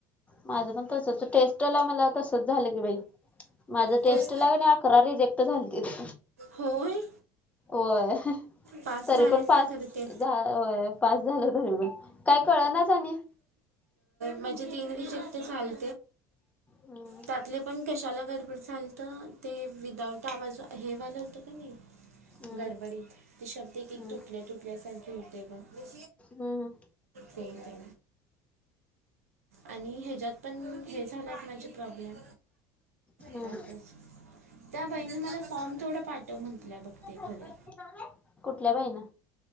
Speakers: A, on the left (about 15°); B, on the right (about 80°).
A: माझं पण तसच टेस्टला मला तसच झालं की बाई माझ टेस्ट
B: तेच
A: ला कणी अकरा रिजेक्ट झालतीत
B: होय
A: होय
B: पास
A: तरी
B: झालेच
A: पण पास
B: ना खर ते
A: झा होय पास झालो तरी पण काय कळनाच आणि
B: माझे ते इंग्लिश ते चाल
A: हम्म
B: त्यातले पण कशाला गडबड झाल त ते विदाउट आवाज हेवालं होतं कणी
A: हम्म
B: गडबडीत ते शब्द एक एक
A: हम्म
B: तुटल्या तुटल्यासारखे होते बघा
A: हम्म
B: ते ते आणि ह्याच्यात पण हे झालंत माझे प्रॉब्लेम
A: हम्म
B: त्यातच त्या बाईने मला फॉर्म थोडं पाठ म्हंतल्या बघते
A: हम्म
B: खरं
A: कुठल्या बाईनं